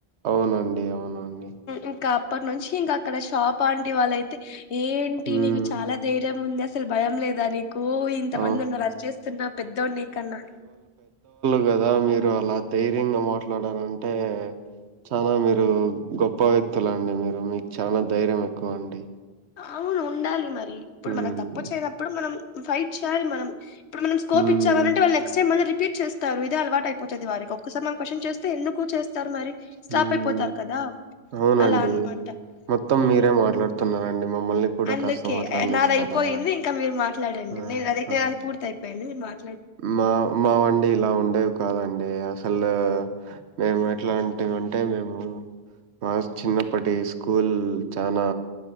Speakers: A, on the right; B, on the left.
A: అవునండి. అవునండి.
B: ఇంకా అప్పటి నుంచి ఇంక అక్కడ షాప్ అంటి వాళ్ళయితే ఏంటి
A: హ్మ్.
B: నీకు చాలా ధైర్యం ఉంది అసలు భయం లేదా నీకు ఇంతమంది
A: ఆ!
B: ఉన్నారు అరిచేస్తున్నా పెద్దోడు నీకన్నా
A: గ దా మీరు అలా ధైర్యంగా మాట్లాడాలంటే చాలా మీరు గొప్ప వ్యక్తుల అండి మీరు మీకు చాలా ధైర్యం ఎక్కువ అండి
B: అవును ఉండాలి మరి ఇప్పుడు
A: హ్మ్
B: మనం తప్పు చేయనప్పుడు మనం ఫైట్ చేయాలి మనం ఇప్పుడు మనం స్కోప్
A: హ్మ్
B: ఇచ్చావ నంటే వాళ్ళు నెస్ట్ టైమ్ రిపీట్ చేస్తారు ఇదే అలవాటు అయిపోతది వారికి ఒకసారి మనం కశ్నన్ చేస్ తే ఎందుకు చేస్తారు మరి స్టాప్
A: హ్మ్
B: అయిపోతారు కదా
A: అవునండి.
B: అలా అన్నమాట
A: మొత్తం
B: ఉ
A: మీరే మాట్లాడుతున్నారండి మమ్మల్ని కూడా
B: అందుకే
A: కాస్త మాట్లాడనిస్తారా?
B: నాది అయిపోయింది ఇంకా మీరు మాట్లాడండి
A: ఆ
B: నేను అది
A: ఆ
B: నేను అది పూర్తి అయిపోయి నేను మీ మాట్
A: మా మా వండి ఇలా ఉండేవి కాదండి అంటే అసలు మేము ఎట్లాంటిమ్ అంటే మేము మా చిన్నప్పటి స్కూల్ చనా